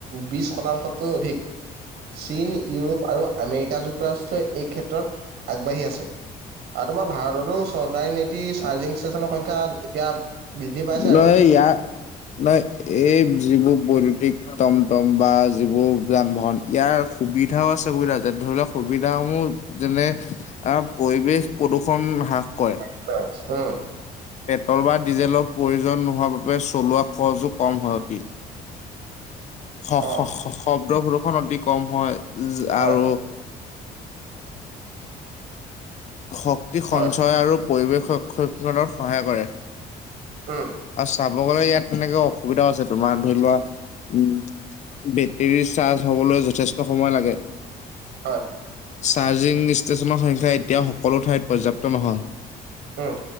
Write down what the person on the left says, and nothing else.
<inaudible>
ন
ইয়াৰ নাই এই যিবোৰ বৈদ্যুতিক টমটম বা যিবোৰ যান বাহন। ইয়াৰ সুবিধাও আছে অসুবিধা, ধৰি লোৱা সুবিধা সমূহ যেনে আঁ, পৰিৱেশ প্ৰদূৰষণ হ্ৰাস কয়ে।
পেট্ৰল বা ডিজেলৰ প্ৰয়োজন নোহোৱাৰ বাবে চলোৱা খৰচো কম হয় অতি। শ
শ‌ শ শব্দ প্ৰদূষন অতি কম হয়
আৰু শক্তি সঞ্চয়
আৰু পৰিৱেশ ৰক্ষণত সহায় কৰে।
আও চাব গ'লে ইয়াত তেনেকে অসুবিধাও আছে। তোমাৰ ধৰি লোৱা উম বেটৰী চাৰ্জ হবলৈ যথেষ্ট সময় লাগে।
চাৰ্জিং ষ্টেচনৰ সংখ্যা এতিয়াও সকলো ঠাইত পৰ্যাপ্ত নহয়।